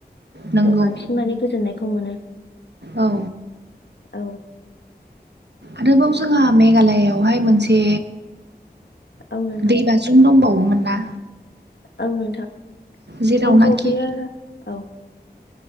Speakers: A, on the right; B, on the left.
A: नंगौ
B: जों बांसिन माने गोजोननायखौ मोनो
A: औ
B: औ
A: आरोबाव जोंहा मेघालयआवहाय मोनसे
B: औ नोंथां
A: दै बाज्रुम दंबावोमोन ना
B: औ नोंथां
A: जेरावनाखि
B: जोंखौ बेयो औ